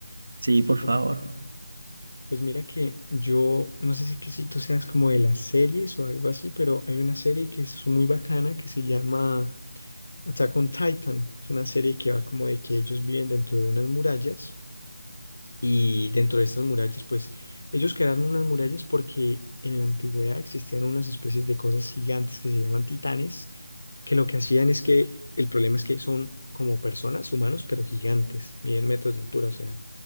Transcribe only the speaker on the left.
Pues mira que yo, no sé si, que si tú seas como de las series o algo así, pero hay una serie que es muy bacana que se llama Attack on Titan. Es una serie que va como de que ellos viven dentro de unas murallas. Y dentro de estas murallas, pues ellos crearon unas murallas porque en la antigüedad existían unas especies de cosas gigantes que se llaman titanes, que lo que hacían es que el problema es que son como personas, humanos, pero gigantes, miden metros de altura, o sea,